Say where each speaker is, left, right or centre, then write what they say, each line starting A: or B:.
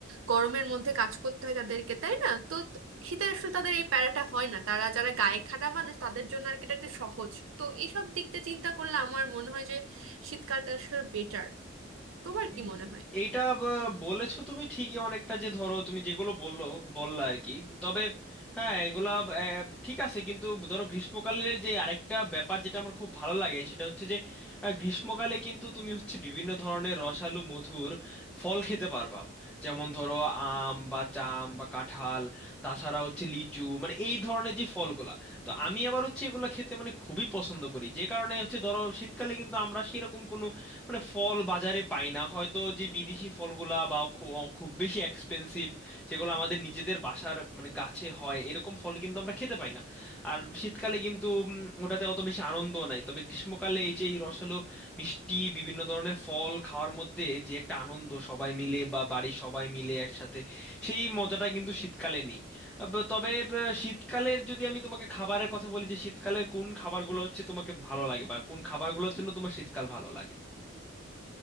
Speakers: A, on the right (about 80°); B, in the centre.
A: গরমের মধ্যে কাজ করতে হয় তাদেরকে তাই না তো ত- শীতে আসলে তাদের এই প্যারাটা হয় না তারা যারা গায়ে খাটা মানুষ তাদের জন্য আর কি এটা একটু সহজ তো এইসব দিক দিয়ে চিন্তা করলে আমার মনে হয় যে শীতকালটা আসলে বেটার তোমার
B: হুম।
A: কি মনে হয়
B: এইটা ব- বলেছো তুমি ঠিকই অনেকটা যে ধরো তুমি যেগুলো বললো বললা আর কি তবে হ্যাঁ এগুলা আহ, ঠিক আছে কিন্তু ধরো গ্রীষ্মকালের যে আরেকটা ব্যাপার যেটা আমার খুব ভালো লাগে সেটা হচ্ছে যে আহ, গ্রীষ্মকালে কিন্তু তুমি হচ্ছে বিভিন্ন ধরনের রসালো মধুর ফল খেতে পারবা যেমন ধরো আম বা জাম বা কাঁঠাল তাছাড়া হচ্ছে লিচু মানে এই ধরনের যে ফলগুলা তো আমি আবার হচ্ছে এগুলো খেতে মানে খুবই পছন্দ করি যে কারণে হচ্ছে ধরো শীতকালে কিন্তু আমরা সেরকম কোনো মানে ফল বাজারে পাই না হয়তো যে বিদেশি ফলগুলা বা খুব খুব বেশি এক্সপেন্সিভ যেগুলো আমাদের নিজেদের বাসার মানে গাছে হয় এরকম ফল কিন্তু আমরা খেতে পাই না আর শীতকালে কিন্তু উম, ওটাতে অত বেশি আনন্দ নাই তবে গ্রীষ্মকালে এই যে এই রসালো মিষ্টি বিভিন্ন ধরনের ফল খাওয়ার মধ্যে যে একটা আনন্দ সবাই মিলে বা বাড়ির সবাই মিলে একসাথে সেই মজাটা কিন্তু শীতকালে নেই আব- তবে আহ, শীতকালের যদি আমি তোমাকে খাবারের কথা বলি যে শীতকালের কোন খাবারগুলো হচ্ছে তোমাকে ভালো লাগে বা কোন খাবারগুলোর জন্য তোমার শীতকাল ভালো লাগে